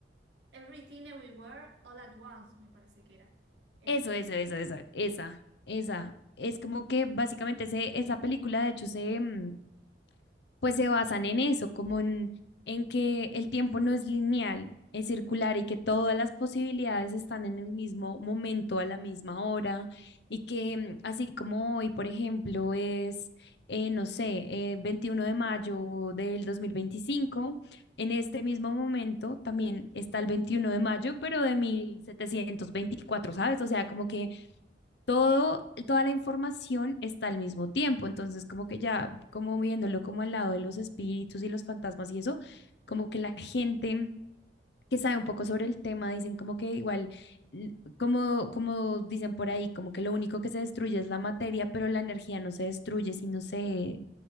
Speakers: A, on the right; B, on the left.
A: Everything Everywhere All at Once, me parece que era. El,
B: eso, eso, eso, eso, esa, esa. Es como que básicamente ese- esa película, de hecho, se... mm, pues se basan en eso, como en, en que el tiempo no es lineal, es circular y que todas las posibilidades están en el mismo momento, a la misma hora, y que mm, así como hoy, por ejemplo, es, eh, no sé, eh, 21 de mayo del 2025 en este mismo momento también está el 21 de mayo, pero de mil setecientos veinticuatro ¿sabes? O sea, como que todo, toda la información está al mismo tiempo. Entonces, como que ya, como viéndolo como al lado de los espíritus y los fantasmas y eso, como que la gente que sabe un poco sobre el tema, dicen como que igual, l- como, como dicen por ahí, como que lo único que se destruye es la materia, pero la energía no se destruye, sino se,